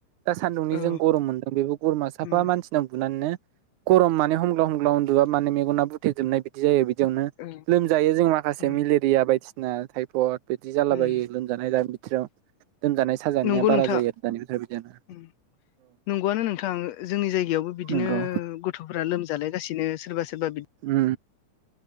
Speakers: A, on the right; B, on the left.
A: दा सान्दुंनि
B: औ
A: जों गरम मोन्दों बेबो गरमा साफा
B: उम
A: मानसि बुनानैनो गरम मान हमग्ला हमग्ला उन्दुबा माने मेगना बु थेबजोबनाय बिदि जायो बिदियावनो
B: औ
A: लोमजायो जों माखासे
B: उम
A: मेलेरिया बायदिसिना थटाइफयड। बिदि जालाबायो
B: उम
A: लोमजानाय दानि बिथिराव लोमजानाय साजानाया
B: नंगौ
A: बारा
B: नोंथां
A: जायो आरो दानि बिथोराव बिदिनो।
B: उम नंगौआनो नोंथां जोंनि जायगायावबो बिदिनो
A: नंगौ
B: गथ'फोरा लोम जालायगासिनो सोरबा सोरबा बिदि
A: उ